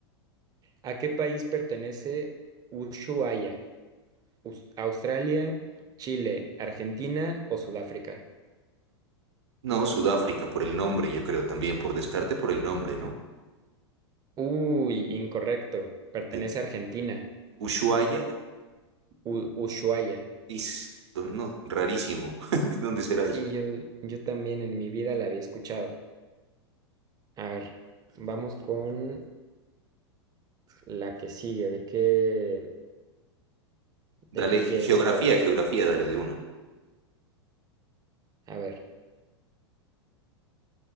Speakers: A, on the right; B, on the right.
A: ¿A qué país pertenece Ushuaia? Us- ¿Australia, Chile, Argentina o Sudáfrica?
B: No, Sudáfrica, por el nombre, yo creo también, por descarte, por el nombre, ¿no?
A: Uy, incorrecto. Pertenece
B: De-
A: a Argentina.
B: Ushuaia,
A: U- Ushuaia.
B: is, no, no, rarísimo. <laughs> ¿Dónde será
A: Sí,
B: eso?
A: yo, yo también en mi vida la había escuchado. A ver, vamos con la que sigue. ¿De qué,
B: Dale,
A: de qué
B: ge-
A: quieres
B: geografía,
A: ahora?
B: geografía, dale de una.
A: A ver.